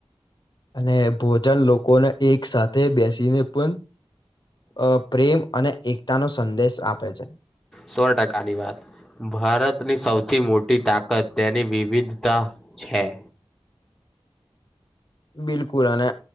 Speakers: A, on the left (about 50°); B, in the centre.
A: અને ભોજન લોકોને એક સાથે બેસીને પણ અ પ્રેમ અને એકતાનો સંદેશ આપે છે.
B: સો ટકાની વાત ભારતની સૌથી મોટી તાકાત તેની વિવિધતા છે.
A: બિલકુલ અને